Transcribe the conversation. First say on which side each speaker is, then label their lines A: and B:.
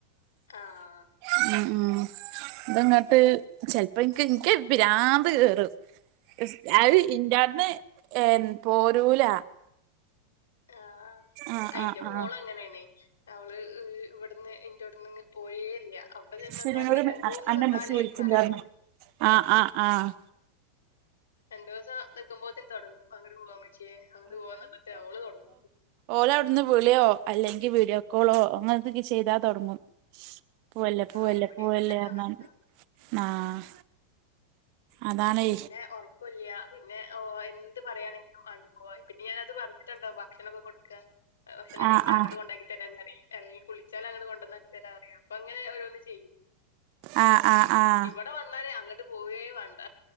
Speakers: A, on the left; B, on the right.
A: ആഹ്
B: ഉം ഉം ഇതങ്ങട്ട് ചെലപ്പോ ഇൻക്ക് ഇൻക്ക് പിരാന്ത് കേറും ഇസ് അഹ് ഇൻ്റോട്ന്ന് ഏ് പോരൂല
A: ആഹ്
B: ആഹ്
A: അഇന്റെ
B: ആഹ്
A: മോള്
B: ആഹ്
A: അങ്ങനേണ് അവള് ഇവട് ട്ന്ന് ഇൻ്റോട്ന്ന് ഇങ് പോരേ ഇല്ല അവ്ടെ ചെന്ന്
B: സിനുനോട്
A: ചെന്നാല് രണ്ടൂസം
B: അന്റെമ്മച്ചി
A: നിന്നാല്
B: വിളിച്ചിണ്ടാർന്നു
A: പറയും
B: ആഹ് ആഹ് ആഹ്
A: രണ്ടൂസം നിക്കുമ്പോത്തിന് താെടങ്ങും അങ്ങട്ട് പോവാ ഇമ്മച്ചിയേ അങ്ങട്ട് പോവാന്നർഞ്ഞ് ഓള് താെട്ങ്ങും
B: ഓല് അവ്ട്ന്ന് വിളിയോ അല്ലെങ്കി വീഡിയോ കോളോ അങ്ങനെത്തെക്കെ ചെയ്താ താെട്ങ്ങും പാേവല്ലേ പോവല്ലേ
A: ആ ഇവിടെ
B: പോവല്ലേ
A: അങ്ങനെ തന്നെ അവസ്ഥ
B: ന്നർഞ്ഞ് ആഹ് അതാണേ
A: പിന്നെ ഒർ ർകൊല്ലാ പിന്നെ ഓ എന്ത് പറയാണെങ്കിലും ആഹ് ഓ പിന്നെ ഞാന് അത് പറഞ്ഞു ച്ചണ്ടോ ഭക്ഷണൊക്കെ കൊട്ക്കാ ഭക്ഷണം
B: ആഹ്
A: കഴിച്ചാ
B: ആഹ്
A: അങ്ങട്ട് കൊണ്ടാക്കി തരാന്ന്റയും അല്ലെങ്കി കുളിച്ചാലാഅങ്ങനെ കൊണ്ടന്നാക്കി തരാറയും അപ്പഅങ്ങനെ ഓരോന്ന് ചെയ്യും
B: ആഹ് ആഹ് ആഹ്
A: അവിടെ വന്നാലേ അങ്ങട്ട് പോവേ വാണ്ട